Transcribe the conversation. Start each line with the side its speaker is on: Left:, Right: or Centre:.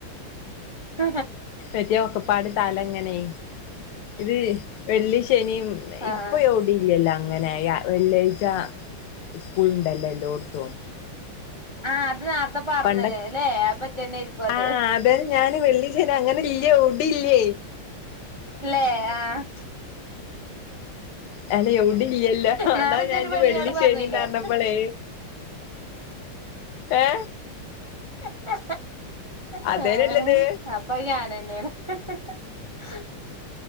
Right: ഹ് ഹ്
Left: എറ്റയാ ഒക്കെ പാട് തലങ്ങനെ ഇത് വെള്ളി ശ ശനിമ്
Right: ആഹ്
Left: ഇപ്പ എവിടില്ലല്ലോ അങ്ങനെ ആയി വെള്ളിയാഴ്ച സ്കൂൾ ഉണ്ടല്ലോഎല്ലോടത്തും
Right: ആഹ അത് പറഞ്ഞ്
Left: പണ്ടക്കേ
Right: ല്ലേ അപ്പൊ ഇജന്നേര്ക്കും അത്
Left: ആഹ അതം ഞാന് വെള്ളി ശനി അങ്ങനെല്ലിയ എവിടില്ല്യ
Right: ല്ലേ ആ
Left: അല്ല എവിടെ ഇല്ലല്ലോ
Right: നാറജോരു
Left: അതാ ഞാൻ ഇജ്ജ്
Right: പെണ്ണിനോട്
Left: വെള്ളി ശനിന്ന്
Right: പറഞ്ഞില്ലേ
Left: പറഞ്ഞപ്പളേ
Right: <inaudible>
Left: ഏ
Right: <inaudible>
Left: അതേനല്ലത്
Right: ഹ് അപ്പൊ ഞാാനന്നെയാണ് <inaudible>